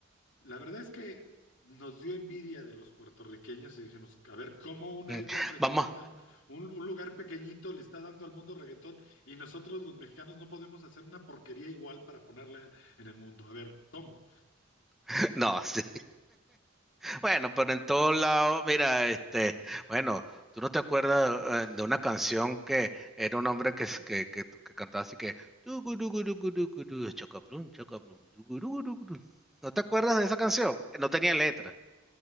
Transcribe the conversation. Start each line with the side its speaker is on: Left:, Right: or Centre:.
Left: la verdad es que nos dio envidia de los puertorriqueños y dijimos, a ver, ¿cómo una
Centre: Mm,
Left: isla pequeñita,
Centre: Vamos,
Left: un, un- un lugar pequeñito le está dando al mundo reggaetón y nosotros los mexicanos no podemos hacer una porquería igual para ponerla en el mundo? A ver, ¿cómo?
Centre: <laughs> no, <laughs> sí. Bueno, pero en todos lados, mira, este, bueno, tú no te acuerdas eh, de una canción que era un hombre que, s- que, que, que cantaba así que "Tugurugurugurugurugu, chocaplum, chocaplum, tugurugurugurugu". ¿No te acuerdas de esa canción? No tenía letra,